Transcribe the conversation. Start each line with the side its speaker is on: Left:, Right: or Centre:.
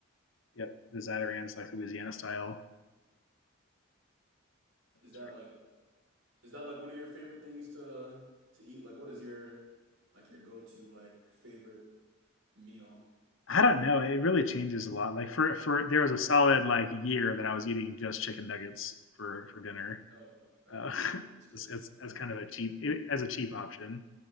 Left: Yep, the Zatarans, like Louisiana style, it's
Right: Is that like is that like one of your favorite things to to eat? Like what is your like your go-to like favorite meal?
Left: I don't know. It really changes a lot. Like for for there was a solid like year that I was eating just chicken nuggets for for dinner
Right: Oh, oh, oh,
Left: uh,
Right: good- oh goodness
Left: <laughs>
Right: gracious.
Left: as, as
Right: Oh
Left: as
Right: no.
Left: kind of a cheap eh, as a cheap option.